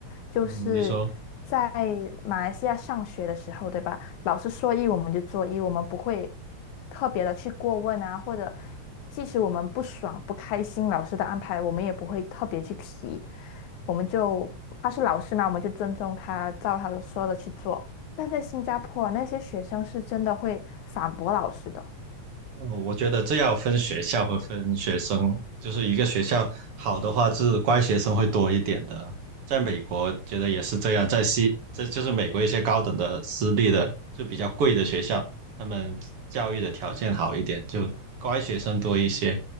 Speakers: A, on the left; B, on the right.
A: 就是在
B: 嗯，你说。
A: 马来西亚上学的时候，对吧？老师说一我们就做一，我们不会特别的去过问啊，或者即使我们不爽不开心老师的安排，我们也不会特别去提，我们就他是老师嘛，我们就尊重他，照他的说的去做。但在新加坡，那些学生是真的会反驳老师的。
B: 哦，我觉得这要分学校和分学生，就是一个学校好的话是乖学生会多一点的，在美国觉得也是这样，在西，这就是美国一些高等的私立的就比较贵的学校，他们教育的条件好一点，就乖学生多一些。